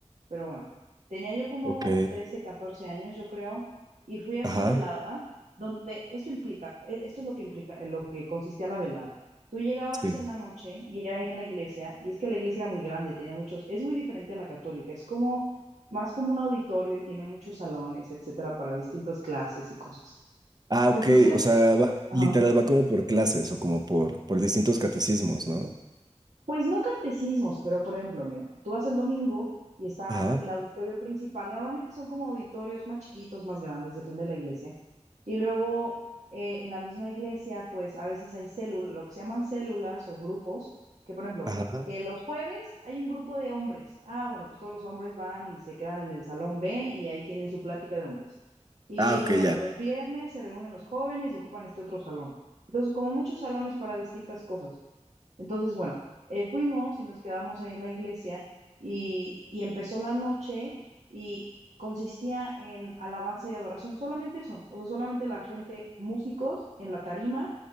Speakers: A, on the right; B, on the right.
A: pero bueno, tenía yo como
B: ok.
A: 13 14 años, yo creo, y fui a esta
B: Ajá.
A: velada donde esto implica, e- esto es lo que implica, en lo que consistía la velada. Tú llegabas
B: Sí.
A: en la noche y era ahí en la iglesia, y es que la iglesia era muy grande y tenía muchos, es muy diferente a la católica, es como más como un auditorio y tiene muchos salones, etcétera, para distintas clases y cosas.
B: Ah, ok.
A: Entonces,
B: O sea, va,
A: ajá.
B: literal va como por clases o como por, por distintos catecismos, ¿no?
A: Pues no catecismos, pero por ejemplo, mira, tú vas el domingo y está
B: Ajá,
A: el auditorio principal. Normalmente son como auditorios más chiquitos, más grandes, depende de la iglesia. Y luego eh, en la misma iglesia, pues a veces hay células, lo que se llaman células o grupos, que por ejemplo,
B: ajá.
A: que los jueves hay un grupo de hombres. Ah, bueno, pues todos los hombres van y se quedan en el salón B y ahí tienen su plática de hombres. Y
B: Ah, ok,
A: bueno,
B: ya.
A: los viernes se reúnen los jóvenes y ocupan este otro salón. Entonces, como muchos salones para distintas cosas. Entonces, bueno, eh, fuimos y nos quedamos ahí en la iglesia y, y empezó la noche y consistía en alabanza y adoración, solamente eso, o sea, solamente la gente, músicos en la tarima